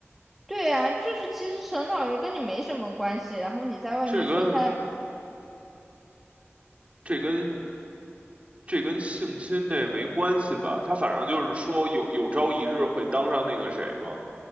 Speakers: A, in the centre; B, on the right.
A: 对啊，就是其实沈老爷跟你没什么关系，然后你在外面说他，
B: 这跟这跟这跟性侵这没关系吧？他反正就是说有有朝一日会当上那个谁嘛。